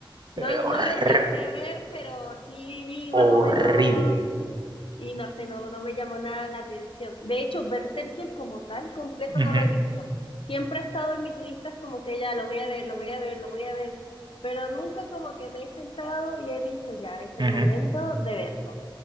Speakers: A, on the left; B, on the right.
A: no,
B: Eh, horr-
A: no lo alcancé a ver, pero sí vi
B: horrible.
A: más o menos Y no sé, no, no me llamó nada la atención. De hecho, Berserker como tal, completo
B: Ujú,
A: no lo he visto. Siempre ha estado en mis listas como que ya lo voy a ver, lo voy a ver, lo voy a ver, pero nunca como que me he sentado y he dicho ya, es el
B: ujú.
A: momento de verlo.